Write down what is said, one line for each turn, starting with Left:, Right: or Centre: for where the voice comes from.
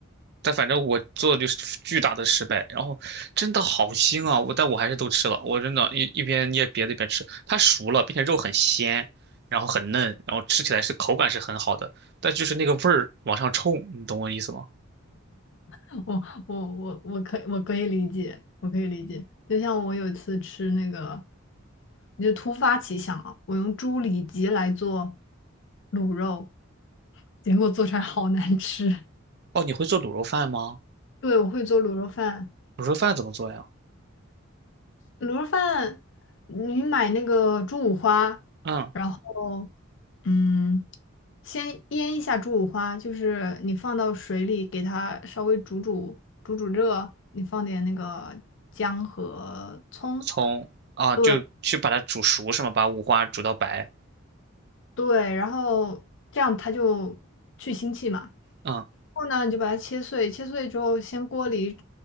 Right: 但反正我做的就是巨大的失败，然后真的好腥啊！我但我还是都吃了，我真的一一边捏别的一边吃。它熟了，并且肉很鲜，然后很嫩，然后吃起来是口感是很好的，但就是那个味儿往上冲，你懂我意思吗？
Left: <laughs> 我我我我可以我可以理解，我可以理解。就像我有一次吃那个，你就突发奇想啊，我用猪里脊来做卤肉，结果做出来好难吃。
Right: 哦，你会做卤肉饭吗？
Left: 对，我会做卤肉饭，
Right: 卤肉饭怎么做呀？
Left: 卤肉饭你买那个猪五花，
Right: 嗯，
Left: 然后嗯，先腌一下猪五花，就是你放到水里给它稍微煮煮煮煮热，你放点那个姜和葱。
Right: 从啊就去把它煮熟是吗？
Left: 对
Right: 把五花煮到白。
Left: 对，然后这样它就去腥气嘛。然
Right: 嗯
Left: 后呢，你就把它切碎，切碎之后先锅里